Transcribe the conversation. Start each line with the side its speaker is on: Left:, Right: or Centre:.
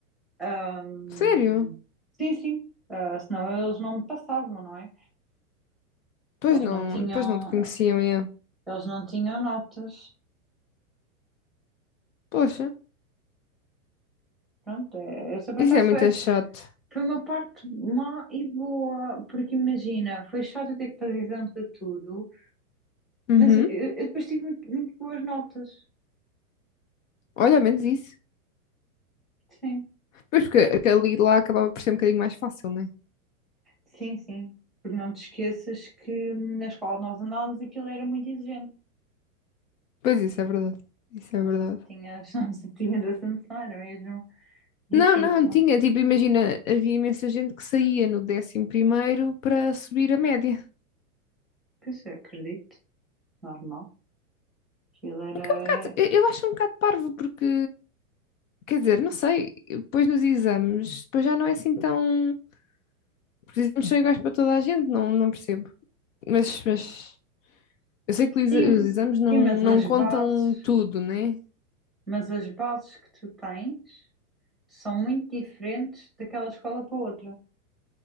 Centre: Ahm,
Left: Sério?
Centre: sim, sim. Ah, senão eles não me passavam, não é?
Left: Pois
Centre: Eles
Left: não,
Centre: não tinham,
Left: pois não te conheciam, é.
Centre: eles não tinham notas.
Left: Poxa,
Centre: Pronto, é, essa por
Left: isso
Centre: acaso
Left: é muito
Centre: foi,
Left: chato.
Centre: foi uma parte má e boa, porque imagina, foi chato eu ter que fazer exames de tudo,
Left: Uhum.
Centre: mas eu, eu depois tive muito, muito boas notas.
Left: Olha, ao menos isso.
Centre: Sim,
Left: Mas porque aquele lá acabava por ser um bocadinho mais fácil, né?
Centre: sim, sim. Porque não te esqueças que na escola nós andávamos, aquilo era muito exigente.
Left: Pois isso é verdade. Isso é
Centre: Não
Left: verdade.
Centre: sei se tinhas, <laughs> não sei se tinhas essa noção, era mesmo difícil.
Left: Não, não, tinha. Tipo, imagina, havia imensa gente que saía no décimo primeiro para subir a média.
Centre: Pois eu acredito, normal. Aquilo era.
Left: O que é um bocado,
Centre: é,
Left: eu eu acho um bocado parvo, porque, quer dizer, não sei, depois nos exames, depois já não é assim tão. Porque os exames são iguais para toda a gente, não, não percebo. Mas, mas, Eu sei que os
Centre: Sim,
Left: exa- os exames não,
Centre: sim, mas
Left: não
Centre: as
Left: contam
Centre: bases,
Left: tudo, né?
Centre: mas as bases que tu tens são muito diferentes daquela escola para outra.